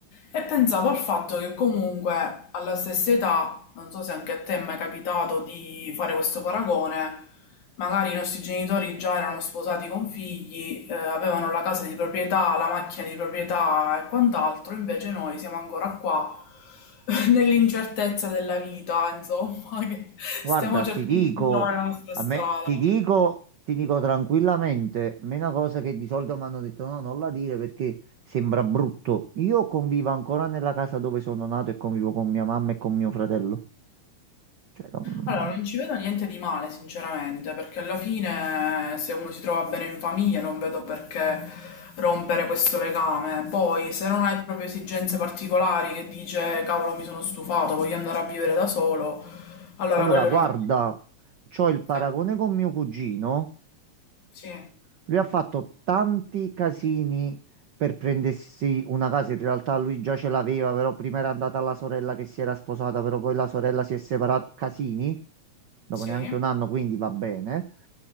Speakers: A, on the left; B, on the right.
A: E pensavo al fatto che comunque alla stessa età, non so se anche a te è mai capitato di fare questo paragone, magari i nostri genitori già erano sposati con figli, eh, avevano la casa di proprietà, la macchina di proprietà e quant'altro, invece noi siamo ancora qua <laughs> nell'incertezza della vita, insomma, <laughs> che stiamo
B: Guarda,
A: cercando
B: ti dico,
A: di trovare la nostra
B: a
A: strada.
B: me, ti dico, ti dico tranquillamente, a me una cosa che di solito mi hanno detto no, non la dire perché sembra brutto. Io convivo ancora nella casa dove sono nato e convivo con mia mamma e con mio fratello. Cioè, non-
A: Allora, non ci vedo niente di male, sinceramente, perché alla fine se uno si trova bene in famiglia non vedo perché rompere questo legame. Poi, se non hai proprio esigenze particolari che dice cavolo, mi sono stufato, voglio andare a vivere da solo, allora
B: Allora,
A: quello
B: guarda,
A: è un altro...
B: c'ho il paragone
A: eh,
B: con mio cugino.
A: sì,
B: Lui ha fatto tanti casini per prendersi una casa. In realtà lui già ce l'aveva, però prima era andata la sorella che si era sposata, però poi la sorella si è separata. Casini, dopo
A: sì,
B: neanche un anno, quindi va bene.